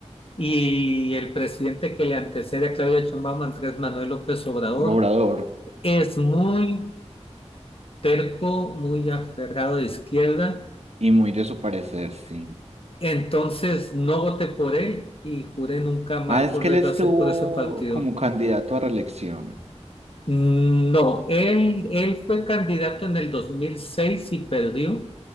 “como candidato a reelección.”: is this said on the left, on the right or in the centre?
Right